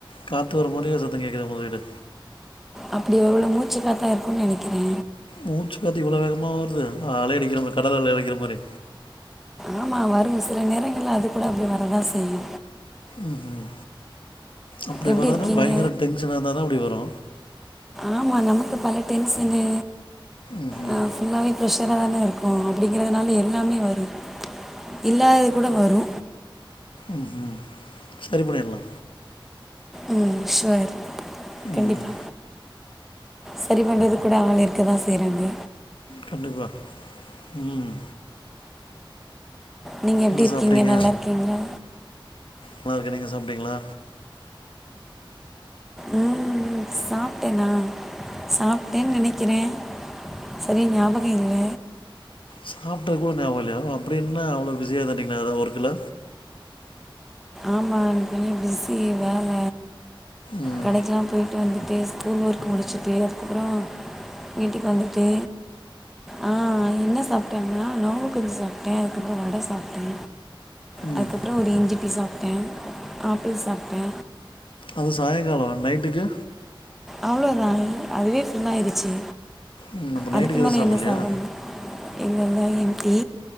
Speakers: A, on the left (about 70°); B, in the centre.
A: காத்து வர மாரியே சத்தம் கேட்குதே உங்க கிட்ட
B: அப்டி ஒரு வேல மூச்சு காத்தா இருக்குனு நெனக்கிறே
A: மூச்சு காத்து இவ்ளோ வேகமா வருது அலையடிக்கிற மாரி கடல் அலையை அடிக்கிற மாரி
B: ஆமா வருங்க சில நேரங்கள்ல அது கூட அப்டி வரதா செய்யு
A: ம் ம் அப்டி
B: எப்படி
A: வரதுன்னா
B: இருக்கீங்க
A: பயங்கர டென்ஷனாருந்தா தா அப்டி வரு
B: ஆமா நமக்கு பல டென்ஷனு
A: ம்
B: ஆ ஃபுல்லாவே ஃப்ரெஷரா தானே இருக்கோ அப்டிங்கிறதுனால எல்லாமே வரு இல்லாதது கூட வரு
A: ம் ம் சரிபண்ணிர்லா
B: ம் ஷேர் கண்டிப்பா
A: ம்
B: சரி பண்றது கூட ஆள் இருக்கதா செய்றாங்க
A: கண்டிப்பா ம்
B: நீங்க எப்டி
A: என்ன
B: இருக்கீங்க
A: சாப்பிட்டீங்க
B: நல்லாருக்கீங்களா
A: நல்லா இருக்கே நீங்க சாப்டிங்களா
B: ம் சாப்டேன்னா சாப்டேன்னு நெனக்கிறே சரியா ஞாபகமில்ல
A: சாப்ட்டது கூட ஞாபகோ இல்லயா அப்டி என்ன அவ்ளோ பிஸியா இதுந்துடீங்களா எதா ஒர்க்குல
B: ஆமா கொஞ்சோ பிஸி வேல
A: ம்
B: கடைக்கொல்ல போய் வந்துட்டு ஸ்கூல் ஒர்க் முடிச்ட்டு அதுக்கப்றோ வீட்டுக்கு வந்துட்டு ஆ என்ன சாப்ட்டேனா நேம்பு கஞ்சி சாப்ட்டே அதுக்கப்றோ வட சாப்ட்டே
A: ம்
B: அதுக்கப்றோ ஒரு இஞ்சி டீ சாப்ட்டே ஆப்பிள் சாப்ட்டே
A: அது சாயங்காலோ நைட்டுக்கு
B: அவ்ளோதா அதுவே ஃபுல் ஆயிருச்சி
A: ம், நம்ம நைட்டுக்கு
B: அதுக்கு
A: எதுவும்
B: மேல
A: சாப்பிட்லையா
B: என்ன சாப்ட முடியு இல்ல இல்ல ஏன்டி